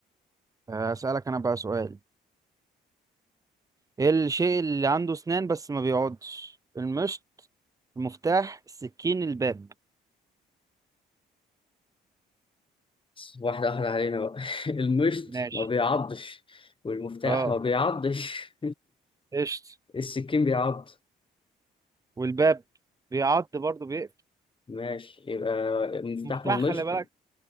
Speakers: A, on the right (about 15°); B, on the left (about 25°).
A: أسألك أنا بقى سؤال إيه الشيء اللي عنده أسنان بس ما بيقعدش المشط المفتاح السكين الباب
B: بس واحدة واحدة علينا بقى <laughs> المشط
A: ماشي
B: ما بيعضش والمفتاح
A: اه
B: ما بيعضش
A: قشط
B: <laughs> السكين بيعض
A: والباب بيعض برضه بيقفل
B: ماشي يبقى المفتاح
A: مفتاح
B: والمشط
A: خلي بالك